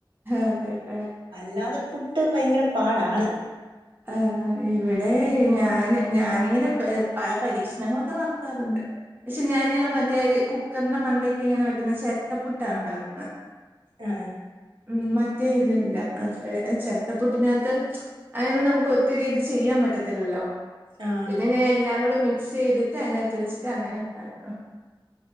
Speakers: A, on the right; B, on the right.
A: അതെ ട്ടേ
B: അല്ലാതെ പുട്ട് ഭയങ്കര പാടാണ്.
A: ആഹ്, ഇവിടെ ഞാന് ഞാനിങ്ങനെ പല പരീക്ഷണങ്ങളൊക്കെ നടത്താറുണ്ട്. പക്ഷെ ഞാനീല മറ്റേ കുക്കർന്റെ മണ്ടയ്ക്ക് ഇങ്ങനെ വെക്കുന്ന ചെര് ട്ടപ്പുട്ടാ ഉണ്ടാക്കുന്നേ
B: ആ
A: ഉം, മറ്റേ ഇതല്ല അപ്പെ ചെരട്ടപ്പുട്ടിനാത്ത് അങ്ങനെ നമുക്ക് ഒത്തിരി ഇത് ചെയ്യാൻ പറ്റത്തില്ലല്ലോ.
B: ആ
A: പിന്നെ ഞാൻ എല്ലാകൂടെ മിക് സെയ്തിട്ട് അയ്നാത്ത് വെച്ചിട്ട് അങ്ങനെ ഉണ്ടാക്കും.